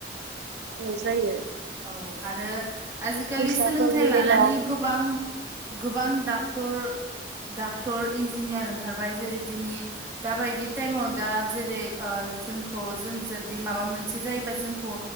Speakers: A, on the right (about 70°); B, on the right (about 15°).
A: ए जायो।
B: औ आरो आजिखालि
A: फैसाफोरनि
B: सोलोंथाइ लानानै
A: बेला औ
B: गोबां गोबां डक्टर डाक्टर इन्जिनियार ओंखारबाय जेरै दिनै दााबायदि टाइमाव दा जेरै जोंखौ जों जुदि माबा मोनसे जायोबा जोंखौ